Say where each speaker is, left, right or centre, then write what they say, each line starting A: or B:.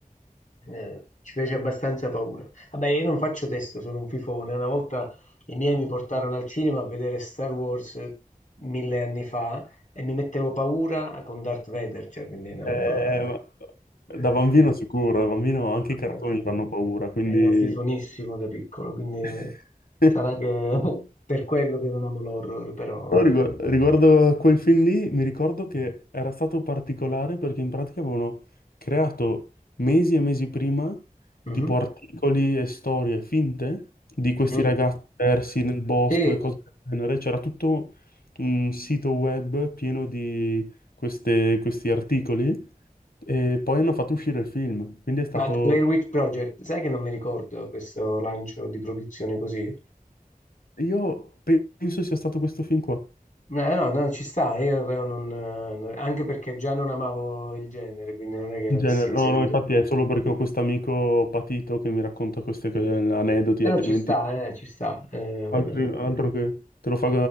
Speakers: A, on the left; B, on the left.
A: eh, ci fece abbastanza paura. Vabbè, io non faccio testo, sono un fifone. Una volta i miei mi portarono al cinema a vedere Star Wars eh, mille anni fa e mi mettevo paura con Darth Vader, cioè, quindi è una roba...
B: Eh, ma-
A: eh,
B: Da bambino sicuro, da bambino anche i cartoni
A: eh,
B: fanno
A: eh,
B: paura, quindi...
A: Ero fifonissimo da piccolo, quindi
B: <laughs>
A: eh, sarà che <laughs> per quello che non amo l'horror, però...
B: No, rigu- riguardo a quel film lì, mi ricordo che era stato particolare perché in pratica avevano creato mesi e mesi prima
A: Mhm.
B: tipo articoli e storie finte di questi
A: Mm.
B: ragazzi persi nel bosco
A: Sì,
B: e cose del genere. C'era tutto un sito web pieno di queste- questi articoli e poi hanno fatto uscire il film. Quindi è stato...
A: ma The Blair Witch Project, sai che non mi ricordo questo lancio di produzione così?
B: Io penso sia stato questo film qua.
A: No, Eh, no, no, ci sta, io però non, non- anche perché già non amavo il genere, quindi non è che l'avessi
B: In genere- No,
A: seguito.
B: no, infatti
A: più.
B: è solo perché ho questo amico patito che mi racconta questi aneddoti,
A: Però
B: altrimenti
A: ci sta, eh, ci sta. eh,
B: altri- altro che te lo fa